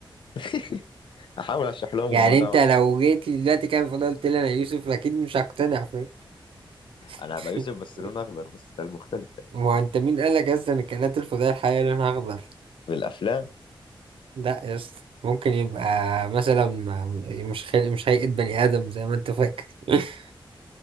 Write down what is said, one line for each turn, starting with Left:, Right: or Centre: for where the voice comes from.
Left: <laughs> احاول اشرح لهم
Right: يعني
Left: الموضوع
Right: انت
Left: واحد
Right: لو جيت لي دلوقتي كان فضلت قلت لي انا يوسف اكيد مش هقتنع فاهم
Left: انا
Right: <laughs>
Left: هبقى يوسف بس لون اخضر بس ده المختلف يعني
Right: ما هو انت مين قال لك اصلا الكائنات الفضائيه الحقيقيه لونها اخضر
Left: في الافلام
Right: لا يا اسطى ممكن يبقى مثلا ما- مش خلق مش هيئه بني ادم زي ما انت فاكر <laughs>